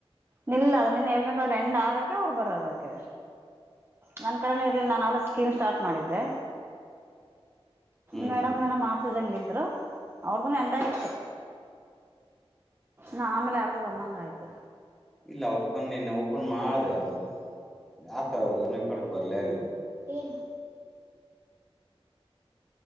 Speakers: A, on the right; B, in the centre.
A: ನಿಲ್ಲ ನಿನ್ನೆ <unintelligible> ಎಂಡ್ ಆಗಕೆ ಅವ್ರು ಬರದಕ್ಕೆ ನನ್ ಕಡೆನು ಇರ್ಲಿಲ್ಲ ನಾವ್ ಅವಲೆ ಸ್ಕೀಮ್ ಸ್ಟಾರ್ಟ್ ಮಾಡಿದ್ದೆ.
B: ಹ್ಮ್
A: ಮೇಡಮ್ ಏನ ಮಾಡ್ತಿದಂಗಿದ್ರು ಅವ್ರ್ದುನು ಎಂಡಾಗಿತ್ತು. ನ ಆಮೇಲ್ ಯಾರ್ದೊ ಬಂದಂಗ್ ಆಯ್ತು.
B: ಇಲ್ಲ <unintelligible> ಓಪನ್ ಮಾಡ್ದೆ ಯಾಕ ಏನ ಕಡ್ದ ಬರ್ಲೆ ಇಲ್ಲ.
A: ಏನು?